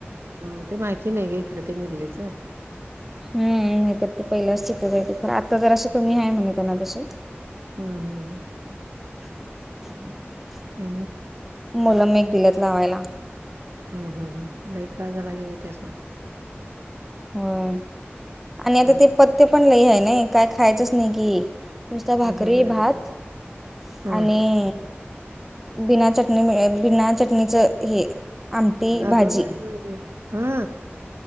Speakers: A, on the right (about 70°); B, in the centre.
A: हम्म ते माहिती नाही ग इकडे ते निर्लीचं.
B: हम्म नाहीतर ते पहिलं <unintelligible> आता जरासा कमी आहे म्हणे त्यांना. <unintelligible>
A: हम्म हम्म हम्म.
B: <unintelligible>
A: आणि
B: मलम एक दिल्यात लावायला
A: हम्म हम्म हम्म लई त्रास झालाय की बी त्यासनं.
B: व्हय आणि आता
A: हम्
B: ते पथ्यपण लई हाय नाय, काय खायचंच नई की. नुसता भाकरी,
A: अग बाई
B: भात
A: हा
B: आणि बिना चटणी मि बिना चटणीचं हे आमटी भाजी
A: आग बाई बाई बाई, हा.